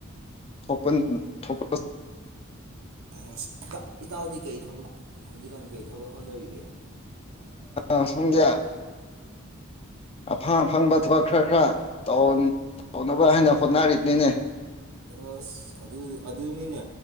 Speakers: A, on the left (about 30°); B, on the right (about 85°).
A: ꯊꯣꯛ ꯊꯣꯛ
B: ꯑ ꯏ ꯏꯇꯥꯎꯗꯤ ꯀꯩ ꯊꯕꯛ ꯍꯧꯖꯤꯛꯀꯥꯟ ꯀꯩ ꯊꯕ ꯍꯣꯠꯅꯔꯤꯒꯦ
A: ꯑꯦ ꯁꯨꯒꯌꯥ ꯑꯐꯪ ꯑꯐꯪꯕ ꯊꯕꯛ ꯈꯔ ꯈꯔ ꯇ ꯇꯧꯅꯕ ꯍꯥꯏꯅ ꯍꯣꯠꯅꯔꯤꯅꯤꯅꯦ
B: ꯑꯁ ꯑꯗꯨ ꯑꯗꯨꯅꯤꯅꯦ